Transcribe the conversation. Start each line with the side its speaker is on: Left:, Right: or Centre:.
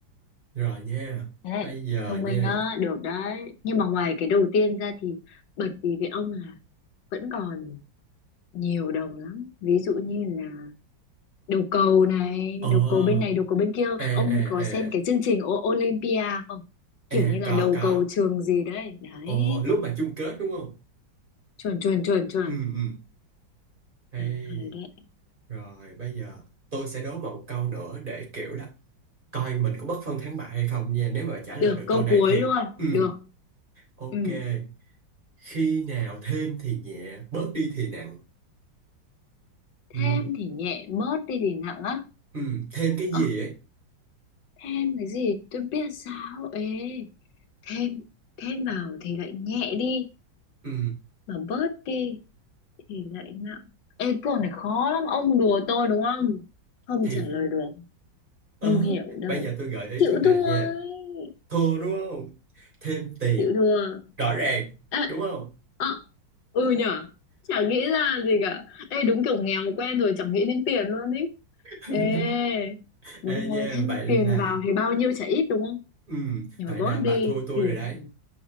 Right: rồi nha
Left: Thế,
Right: bây giờ
Left: thông
Right: nha
Left: minh á, được đấy. Nhưng mà ngoài cái đầu tiên ra thì bật vì với ông là vẫn còn nhiều đồng lắm. Ví dụ như là đầu cầu này,
Right: ờ
Left: đầu cầu bên này, đầu cầu bên kia.
Right: à à
Left: Ông có xem
Right: à
Left: cái chương trình O- Olympia không? Kiểu
Right: à
Left: như là
Right: có
Left: đầu
Right: có
Left: cầu trường gì đấy. Đấy,
Right: ồ lúc mà chung kết đúng không
Left: chuẩn chuẩn chuẩn chuẩn.
Right: ừ ừ hay
Left: Ừ, Hay đấy.
Right: rồi bây giờ tôi sẽ đố mà một câu nữa để kiểu là coi mình có bất phân thắng bại hay không nha nếu mà trả lời
Left: Được,
Right: được
Left: câu
Right: câu này
Left: cuối
Right: thì
Left: luôn.
Right: ừ
Left: Được.
Right: ok
Left: Ừ.
Right: khi nào thêm thì nhẹ bớt đi thì nặng ừ
Left: Thêm thì nhẹ, bớt đi thì nặng á.
Right: ừ thêm cái
Left: Ờ,
Right: gì ấy
Left: thêm cái gì tôi biết sao ấy. Thêm, thêm vào thì lại nhẹ đi.
Right: ừ
Left: Mà bớt đi thì lại nặng. Ê, câu này khó lắm. Ông đùa tôi đúng không? Không
Right: thì
Left: trả lời được.
Right: ờ
Left: Không hiểu đâu.
Right: bây giờ tôi gợi ý
Left: Chịu
Right: cho bà
Left: thua
Right: nha
Left: ấy.
Right: thua đúng không thêm tiền
Left: Chịu thua.
Right: rõ ràng
Left: À,
Right: đúng không
Left: à, ừ nhở. Chả nghĩ ra gì cả. Ê, đúng kiểu nghèo quen rồi. Chẳng nghĩ đến tiền luôn ý.
Right: <laughs>
Left: Ê, đúng
Right: Ê nha,
Left: rồi. Thêm
Right: vậy là
Left: tiền vào thì bao nhiêu chả ít đúng không?
Right: ừm,
Left: nhưng
Right: vậy
Left: mà birthday
Right: là bà thua tôi
Left: thì
Right: rồi đấy.
Left: ừ.